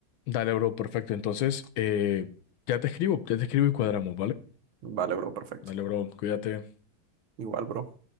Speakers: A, on the left; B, on the right.
A: Dale, bro, perfecto. Entonces, eh, ya te escribo, ya te escribo y cuadramos, ¿vale?
B: Vale, bro, perfecto.
A: Dale, bro, cuídate.
B: Igual, bro.